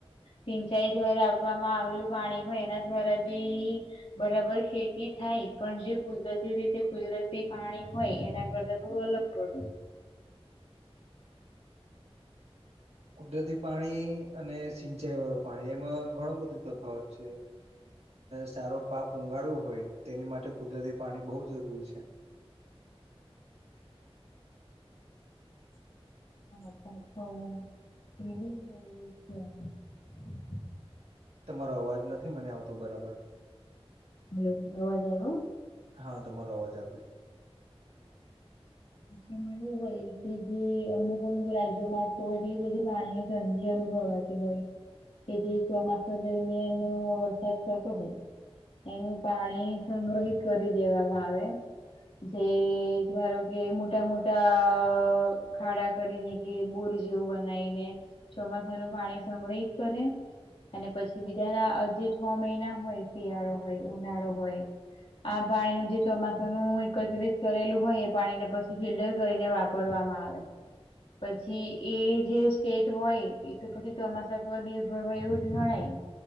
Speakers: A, on the left; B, on the right.
A: સિંચાઈ દ્વારા આપવામાં આવેલું પાણી હોય એના દ્વારા બી બરાબર ખેતી થાય પણ જે કુદરતી રીતે કુદરતી પાણી હોય એના કરતા થોડું અલગ પડે.
B: કુદરતી પાણી અને સિંચાઈ વાળું પાણી એમાં ઘણું બધો તફાવત છે. સારો પાક ઉઊગાડવો હોય તેની માટે કુદરતી પાણી બહવ જરૂરી છે. <inaudible>
A: છ એ છે.
B: તો તમારો અવાજ નથી મને આવતો બરાબર.
A: હલો અવાજ આવ્યો?
B: હા તમારો અવાજ આવ્યો.
A: વું હોય કે જે અમુક અમુક રાજ્યોમાં છો એટલી બધી પાણીની તંંગી અનુભવાય. હોય કે જે ચોમાસા દરમ્યાન વરસાદ થતો હોય. એનું પાણી સંગ્રહિત કરી દેવામાં આવે. જે ધારો કે મોટા મોટા ખાડા કરીને કે બોર જેવું બનાવીને ચોમાસા નું પાણી સંગ્રહિત કરે. અને પછી બીજાના આજે છ મહિના હોય શિયાળો હોય ઉનાળો હોય. આ પાણી નધી તો એકત્રિત કરેલું હોય એ પાણીને પછી ફિલ્ટર કરીને વાપરવામાં આવે. પછી એ જે સ્ટેટ હોય એ તો પછી ચોમાસા પર નિર્ભર હોય એવું જ ગણાય.